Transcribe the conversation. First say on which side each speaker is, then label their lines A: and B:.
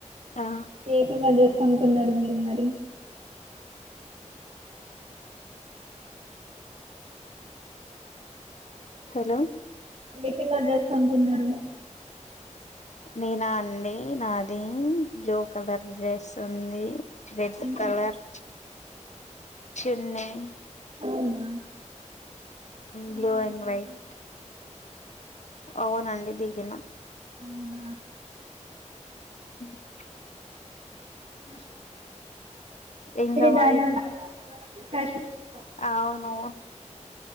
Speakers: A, on the left; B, on the right.
A: ఆ
B: ఏ కలర్ డ్రెస్ కొనుకున్నారు మీరు మరి
A: హలో
B: ఏ కలర్ డ్రెస్ కొనుకున్నారు
A: నేనా అండి నా ది బ్లూ కలర్ డ్రెస్ ఉంది రెడ్
B: ఉమ్,
A: కలర్ చిన్ని
B: అవునా దిగిండ్రా
A: బ్లూ అండ్
B: ఫోటోస్
A: వైట్ అవునండి దిగినా
B: అవునా
A: హ
B: వి
A: ఇంకా
B: మీర్ బ్యాగ
A: మరి
B: <unintelligible>
A: అవును